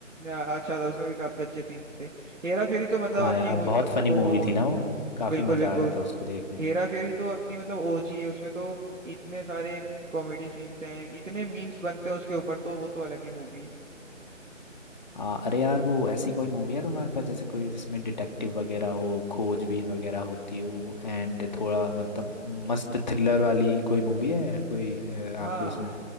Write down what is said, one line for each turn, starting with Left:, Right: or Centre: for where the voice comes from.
Right: अ, अच्छा था उसमें भी काफी अच्छे सीन्स थे हेरा फेरी तो मतलब
Left: हाँ
Right: अपनी
Left: यार
Right: ओ,
Left: बहुत फनी
Right: ओ,
Left: मूवी थी ना वो
Right: ओ
Left: काफी
Right: बिल्कुल
Left: मजा
Right: बिल्कुल
Left: आ रहा था उसको देखने
Right: हेरा
Left: में
Right: फेरी तो अपनी मतलब ओजी है उसमें तो इतने सारे कॉमेडी सीन्स हैं इतने मीम्स बनते हैं उसके ऊपर तो वो तो अलग ही मूवी है
Left: आ, अरे यार वो ऐसी कोई मूवी है तुम्हारे पास जैसे कोई जिसमें डिटेक्टिव वगैरह हो खोजबीन वगैरह होती हो एंड थोड़ा मतलब मस्त थ्रिलर वाली कोई मूवी है कोई अ,
Right: हाँ
Left: आपके उसमें